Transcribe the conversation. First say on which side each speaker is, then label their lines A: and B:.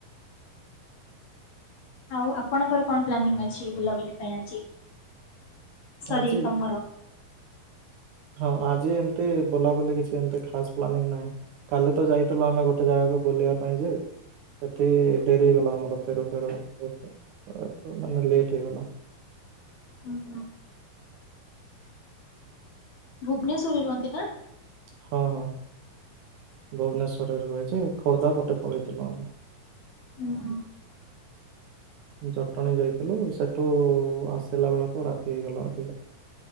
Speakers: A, on the left (about 80°); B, on the right (about 70°).
A: ଆଉ ଆପଣଙ୍କର କଣ ପ୍ଲାନିଂ ଅଛି ବୁଲାବୁଲି ପାଇଁ ଆଜି? ସରି
B: ଆଜି
A: ତମର!
B: ହଁ ଆଜି ଏମତି ବୁଲାବୁଲି କିଛି ଏମତି ଖାସ୍ ପ୍ଲାନିଂ ନାହିଁ। କାଲି ତ ଯାଇ ଥିଲୁ ଆମେ ଗୋଟେ ଜାଗାକୁ ବୁଲିବା ପାଇଁ ଯେ ସେଠି ଡେରି ହେଇଗଲା ଆମର ଫେରୁ ଫେରୁ ବହୁତ ମାନେ ଲେଟ୍ ହେଇଗଲା।
A: ଓ ହୋ! ଭୁବ୍ନେଶ୍ୱରରେ ରୁହନ୍ତି ନା?
B: ହଁ ହଁ ଭୁବ୍ନେଶ୍ୱରରେ ରୁହେ ଯେ, ଖୋର୍ଦ୍ଧା ପଟେ ପଳେଇଥିଲୁ ଆମେ।
A: <unintelligible>
B: ଜଟଣୀ ଯାଇଥିଲୁ ସେଠୁ ଆସିଲା ବେଳକୁ ରାତି ହେଇଗଲା ଅଧିକା।